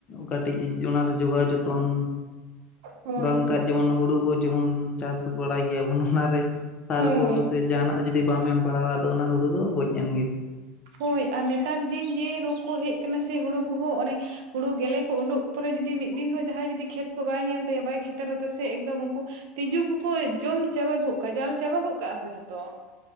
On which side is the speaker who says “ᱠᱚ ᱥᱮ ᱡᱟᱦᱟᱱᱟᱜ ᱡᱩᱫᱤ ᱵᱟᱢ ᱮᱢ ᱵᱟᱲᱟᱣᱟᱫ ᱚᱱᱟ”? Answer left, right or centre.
Left